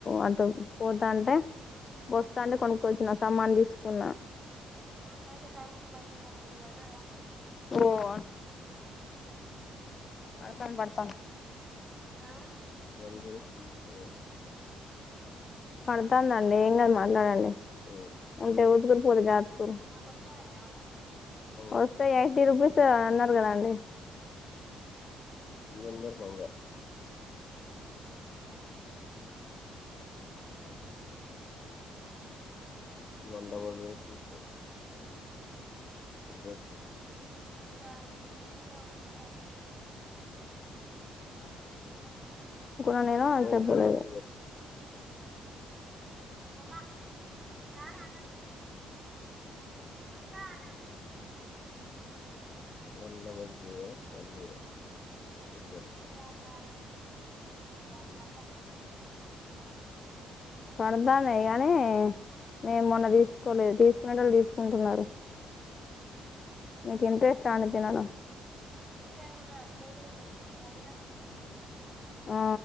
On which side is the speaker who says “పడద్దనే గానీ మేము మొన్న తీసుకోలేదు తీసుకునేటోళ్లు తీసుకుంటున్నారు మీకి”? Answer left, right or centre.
Left